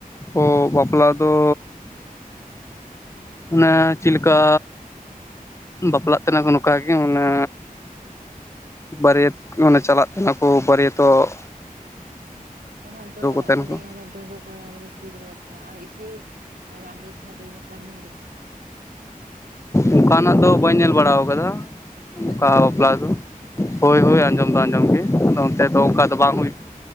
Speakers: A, on the left; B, on the right.
A: ᱳ ᱵᱟᱯᱞᱟ ᱫᱚ, ᱚᱱᱮ ᱪᱤᱞ ᱞᱮᱠᱟ ᱵᱟᱯᱞᱟᱜ ᱛᱮᱱᱟ ᱠᱚ ᱱᱚᱝᱠᱟᱜ ᱜᱮ ᱢᱟᱱᱮ, ᱵᱟᱹᱨᱤᱭᱟᱹᱛ ᱚᱱᱮ ᱪᱟᱞᱟᱜ ᱛᱟᱦᱮᱱᱟ ᱠᱚ ᱵᱟᱹᱨᱤᱭᱟᱹᱛᱚᱜ,
B: ᱦᱩᱸ ᱻᱚ ᱚᱱᱟ ᱫᱚ
A: ᱛᱟᱦᱮᱱ
B: ᱢᱟᱱᱮ
A: ᱠᱚ
B: ᱰᱟᱝᱜᱩᱣ ᱠᱚ, ᱠᱚᱲᱟ ᱜᱤᱫᱽᱨᱟᱹ ᱠᱩᱲᱤ ᱜᱤᱫᱽᱨᱟᱹ ᱵᱟᱯᱞᱟ ᱟᱨ ᱤᱭᱟᱹ ᱨᱟᱺᱰᱤ ᱪᱷᱟᱰᱩᱭᱤ ᱵᱟᱯᱞᱟᱢ ᱧᱮᱞ ᱟᱠᱟᱫᱟ?
A: ᱚᱝᱠᱟᱱᱟᱜ ᱫᱚ ᱵᱟᱹᱧ ᱧᱮᱞ ᱵᱟᱲᱟ ᱠᱟᱫᱟ ᱚᱝᱠᱟ
B: ᱟᱸᱡᱚᱢ ᱵᱟᱲᱟ
A: ᱵᱟᱯᱞᱟ
B: ᱟᱠᱟᱫᱟ
A: ᱫᱚ, ᱦᱳᱭ ᱦᱳᱭ ᱟᱸᱡᱚᱢ ᱫᱚ ᱟᱸᱡᱚᱢ ᱜᱮ ᱟᱫᱚ ᱚᱱᱛᱮ ᱫᱚ ᱚᱝᱠᱟ ᱫᱚ ᱵᱟᱝ ᱦᱩᱭ ᱠᱟᱱᱟ,